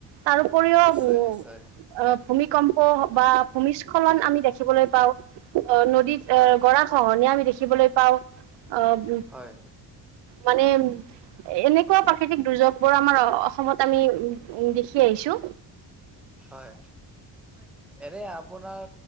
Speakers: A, on the right; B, in the centre.
A: তাৰ উপৰিও
B: নিশ্চয়
A: উম
B: নিশ্চয়
A: অ ভূমিকম্প বা ভূমিস্খলন আমি দেখিবলৈ পাওঁ অ'! নদীত অ'!
B: হয়
A: গৰা খহনীয়া আমি দেখিবলৈ পাওঁ অ'!
B: হয়
A: মানে, এনেকুৱা প্ৰাকৃতিক দুৰ্যোগবোৰ, আমাৰ অসমত আমি দেখি আহিছোঁ।
B: হয়, এনে আপোনাৰ